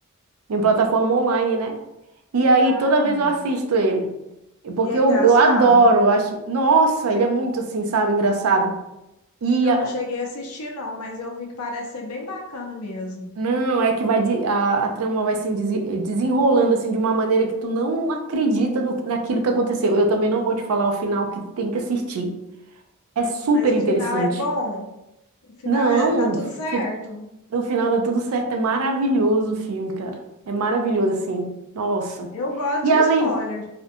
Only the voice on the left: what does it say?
Não,
amiga
E é
engraçado.
Eu não cheguei a assistir, não, mas eu vi que parece ser bem bacana mesmo.
Mas o
final é bom, o final
é- dá tudo
certo.
É.
Eu gosto
de
spoiler.